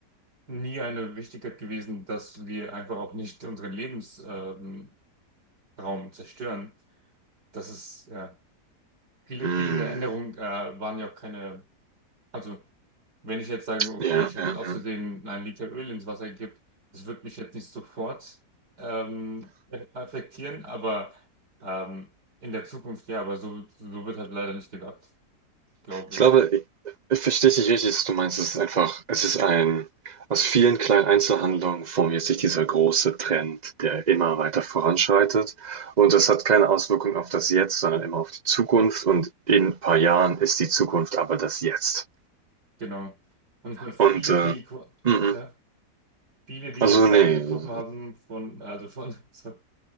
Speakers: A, on the right; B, on the right.
A: nie eine Wichtigkeit gewesen, dass wir einfach auch nicht unseren Lebensraum ähm, Raum zerstören. Das ist, ja, viele,
B: mm.
A: viele der Änderungen äh, waren ja auch keine, also wenn ich jetzt sage, okay,
B: Ja,
A: ich habe
B: ja,
A: jetzt aus
B: ja.
A: Versehen einen Liter Öl ins Wasser gekippt, das wird mich jetzt nicht sofort ähm, affektieren, aber ähm, in der Zukunft ja, aber so, so wird halt leider nicht gedacht, glaube
B: Ich
A: ich.
B: glaube, i ich verstehe dich richtig, dass du meinst, es ist einfach es ist ein aus vielen kleinen Einzelhandlungen formiert sich dieser große Trend, der immer weiter voranschreitet. Und das hat keine Auswirkung auf das Jetzt, sondern immer auf die Zukunft. Und in ein paar Jahren ist die Zukunft aber das Jetzt.
A: Genau. Und ich meine, viele,
B: Und, äh,
A: die,
B: mhm.
A: ja. viele, die
B: Also,
A: Entscheidungen
B: nee,
A: getroffen haben von, also von, <laughs> sorry,